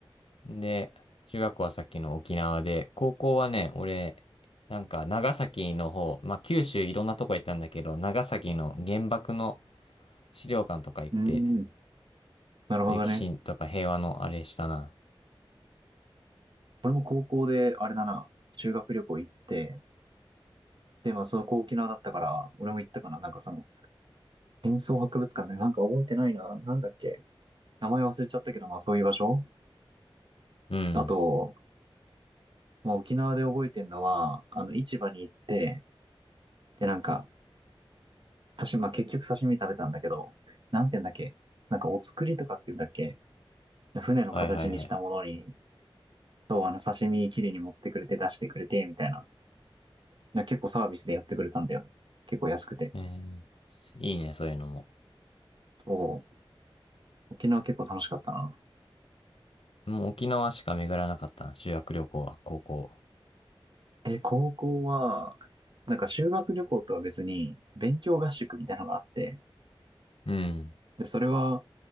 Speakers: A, on the left (about 80°); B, on the right (about 60°).
A: で、中学校はさっきの沖縄で、高校はね、俺、なんか長崎の方、まあ、九州いろんなとこ行ったんだけど、長崎の原爆の資料館とか行って、
B: ん。なるほどね。
A: 歴史とか平和のあれしたな。
B: 俺も高校で、あれだな、修学旅行行って、で、まあ、そこ沖縄だったから、俺も行ったかな。なんかその、戦争博物館ね、なんか覚えてないな。なんだっけ。名前忘れちゃったけど、まあ、そういう場所
A: うん。
B: あと、まあ、沖縄で覚えてるのは、あの、市場に行って、で、なんか、刺身、まあ、結局刺身食べたんだけど、なんて言うんだっけ。なんか、お造りとかって言うんだっけ。船の形にしたものに、
A: はいはいはい。
B: そう、あの、刺身きれいに持ってくれて、出してくれて、みたいな。な結構サービスでやってくれたんだよね。結構安くて。
A: えー、いいね、そういうのも。
B: そう。沖縄結構楽しかったな。
A: もう沖縄しか巡らなかったな、修学旅行は、高校。
B: え、高校は、なんか修学旅行とは別に、勉強合宿みたいなのがあって、
A: うん。
B: で、それは、